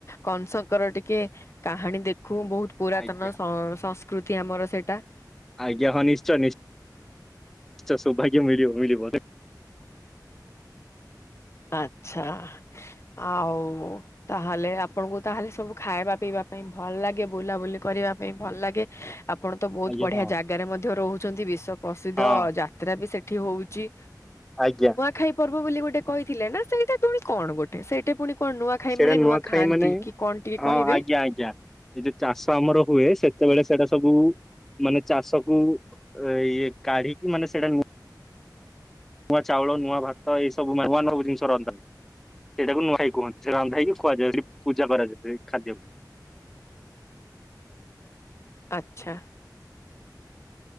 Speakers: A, on the left; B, in the centre.
A: କଂସଙ୍କର ଟିକେ କାହାଣୀ ଦେଖୁ ବହୁତ ପୁରାତନ
B: ଆଜ୍ଞା
A: ସଂ ସଂସ୍କୃତି ଆମର ସେଇଟା।
B: ଆଜ୍ଞା ହଁ ନିଶ୍ଚୟ ନି ନିଶ୍ଚୟ ସୌଭାଗ୍ୟ ମିଳିବ ମିଳିବ।
A: ଆଚ୍ଛା ଆଉ ତାହେଲେ ଆପଣଙ୍କୁ ତାହେଲେ ସବୁ ଖାଇବା ପିଇବା ପାଇଁ ଭଲ ଲାଗେ ବୁଲାବୁଲି କରିବା ପାଇଁ ଭଲ ଲାଗେ ଆପଣ ତ ବହୁତ
B: ଆଜ୍ଞା
A: ବଢିଆ
B: ହଁ
A: ଜାଗାରେ ମଧ୍ୟ ରହୁଛନ୍ତି ବିଶ୍ଵ ପ୍ରସିଦ୍ଧ
B: ହଁ
A: ଯାତ୍ରା ବି ସେଠି ହଉଛି
B: ଆଜ୍ଞା।
A: ଖାଇ ପର୍ବ ବୋଲି ଗୋଟେ କହିଥିଲେ ନା ସେଇଟା ପୁଣି କଣ ଗୋଟେ ସେ ଟେ ପୁଣି କଣ ନୂଆ ଖାଇ
B: ସେଇଟା
A: ମାନେ
B: ନୂଆଖାଇ
A: ନୂଆ ଖାଆନ୍ତି
B: ମାନେ
A: କି କଣ ଟିକେ
B: ହଁ
A: କହିବେ?
B: ଆଜ୍ଞା ଆଜ୍ଞା ଏ ଯଉ ଚାଷ ଆମର ହୁଏ ସେତେବେଳେ ସେଇଟା ସବୁ ମାନେ ଚାଷକୁ ଇଏ କାଢିକି ମାନେ ସେଇଟା ନୂଆ ଚାଉଳ ନୂଆ ଭାତ ଏଇ ସବୁ ମାନ ନୂଆ ସବୁ ଜିନିଷ ରନ୍ଧା ସେଇଟାକୁ ନୂଆଖାଇ କୁହନ୍ତି ସେ ରାନ୍ଧା ହେକି ଖୁଆଯା ପୂଜା କରାଯାଏ ସେ ଖାଦ୍ୟକୁ।
A: ଆଚ୍ଛା।